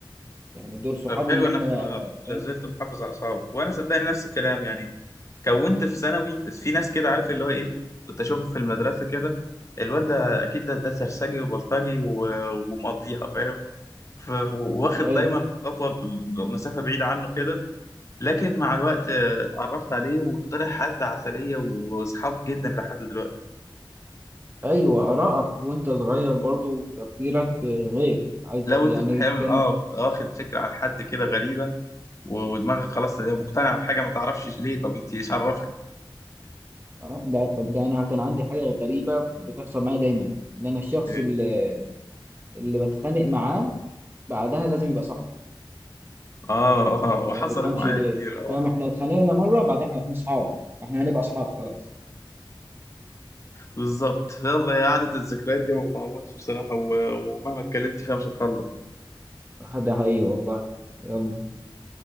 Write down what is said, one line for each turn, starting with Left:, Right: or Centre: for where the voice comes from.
Right: يعني دول صحابي
Left: طب حلو
Right: اللي
Left: انك
Right: احنا
Left: اه
Right: آه،
Left: لازلت
Right: فاهم
Left: محافظ على اصحابك وانا صدقني نفس الكلام يعني كونت في ثانوي في ناس كده عارف اللي هو ايه كنت اشوفهم في المدرسه كده الواد ده اكيد ده ده سرسجي وبلطجي و- ومقضيها فاهم ف- واخد
Right: ايوه
Left: دايما خطوه ب- مسافه بعيده عنه كده لكن مع الوقت آه، اتعرفت عليه وطلع حد عسليه واصحاب جدا لحد دلوقتي
Right: ايوه ارائك وانت صغير برضو وتفكيرك آه، غير عايز
Left: لو
Right: أ- يعني
Left: انت احيانا
Right: كان
Left: اه بتبقى واخد فكره عن حد كده غريبه و- ودماغك خلاص هي مقتنعه بحاجه ما تعرفش ليه طب انت ايش عرفك
Right: اه ده طب ده انا كان عندي حاجه غريبه بتحصل معايا دايما ان انا الشخص
Left: إيه؟
Right: اللي اللي بتخانق معاه بعدها لازم يبقى صاحبي
Left: اه <laughs> اه
Right: ما
Left: وحصلت
Right: تفهمش
Left: معايا
Right: ليه
Left: كتير اه
Right: فاهم احنا اتخانقنا مره بعدها احنا اصحاب احنا هنبقى اصحاب خلاص
Left: بالظبط يلا يا قعدة الذكريات دي ما بتعوضش بصراحة و- ومهما اتكلمت فيها مش هتخلص
Right: <laughs> ده حقيقي والله يلا